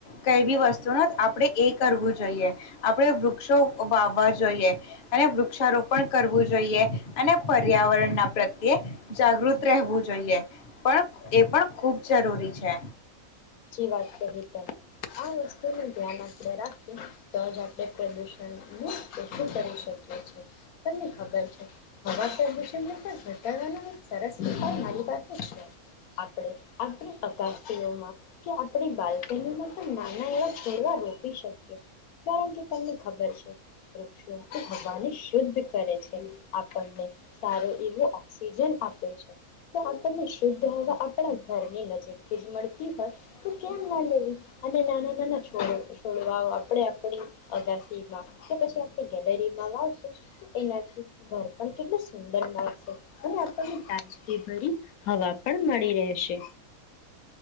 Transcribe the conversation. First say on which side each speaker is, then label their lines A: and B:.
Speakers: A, on the left (about 45°); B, on the left (about 75°).
A: કઈ બી વસ્તુ ન આપણે એ કરવું જોઈએ, આપણેે વૃક્ષો વાવવા જોઈએ અને વૃક્ષારોપણ કરવું જોઈએ. અને પર્યાવરણ ના પ્રત્યે જાગૃત રહેવું જોઈએ પણ એ પણ ખૂબ જરૂરી છે.
B: છી વાત કરી તે. ને ધ્યાન આપે રાખીએ તોજ આપડણે પ્રદૂષણ <inaudible> કરી. શકીએ છે. તમને ખબર છે હવા પ્રદુષણને પણ ઘટાડવાના સરસ ઉપાય મારી પાસે છે આપડે આપણી અકસ્ટીઓ માં કે આપડી બાલ્કનીમાં પણ નાના એવા ઘઉંવા રોપી શકીએ કારણ કે તમને ખબર છે વૃક્ષો હવાને શુદ્ધ કરે છે. આપણને સારો એવો ઓક્સિજન આપે છે. તો આપણને શુદ્ધ હવા આપણા ઘરની નજીકથી જ મળતી હોય. તો ક્યામ ના લેવી, અને નાના નાના છોડ છોડવાઓ આપણે આપણી અગાસીમાં કે પછી આપણી ગેલેરીમાં વાવશું એનાથી ઘર પણ કેટલું સુંદર લાગશે. અને આપણને તાજગી ભરી હવા પણ મળી રહેશે.